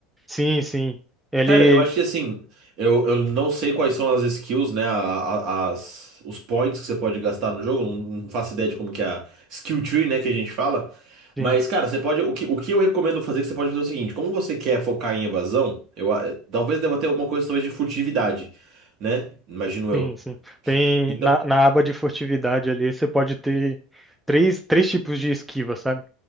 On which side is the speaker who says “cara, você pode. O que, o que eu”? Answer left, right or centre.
Right